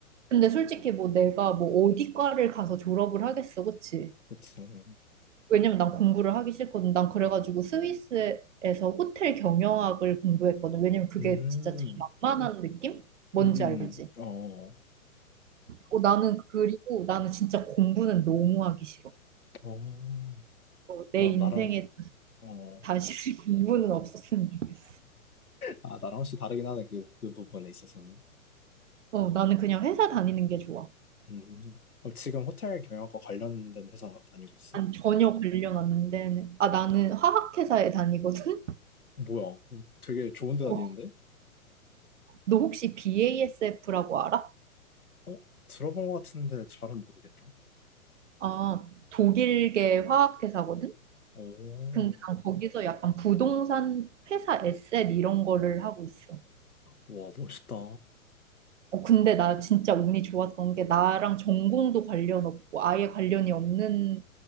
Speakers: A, on the right; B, on the left.
A: 근데 솔직히 뭐 내가 뭐 어디 과를 가서 졸업을 하겠어, 그치?
B: 그치.
A: 왜냐면 난 공부를 하기 싫거든. 난 그래가지고 스위스에서 호텔 경영학을 공부했거든. 왜냐면 그게
B: 음,
A: 진짜 제일
B: 음,
A: 만만한 느낌? 뭔지
B: 음,
A: 알지?
B: 어,
A: 어, 나는 그리고 나는 진짜 공부는 너무 하기 싫어.
B: 어.
A: 어, 내
B: 나,
A: 인생에
B: 나랑, 어,
A: 다시 <laughs> 공부는 없었으면 좋겠어.
B: 아, 나랑 혹시 다르긴 하네, 그, 그 부분에 있어서는.
A: 어, 나는 그냥 회사 다니는 게 좋아.
B: 음. 어, 지금 호텔 경영학과 관련된 회사 다니고 있어?
A: 난 전혀 관련 안 되는. 아, 나는 화학회사에 다니거든? <laughs>
B: 뭐야? 어, 되게 좋은 데
A: 어,
B: 다니는데?
A: 너 혹시 BASF라고 알아?
B: 어, 어? 들어본 것 같은데 잘은 모르겠다.
A: 아, 독일계 화학회사거든?
B: 오,
A: 근데 난 거기서 약간 부동산 회사 에셋 이런 거를 하고 있어.
B: 와, 멋있다.
A: 어, 근데 나 진짜 운이 좋았던 게 나랑 전공도 관련 없고 아예 관련이 없는